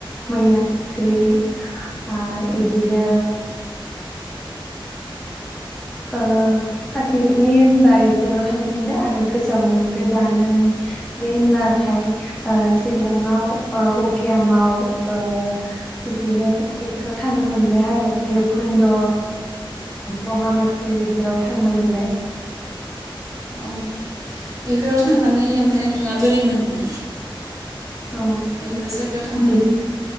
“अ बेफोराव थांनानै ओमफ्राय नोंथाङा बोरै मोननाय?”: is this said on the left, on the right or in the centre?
Right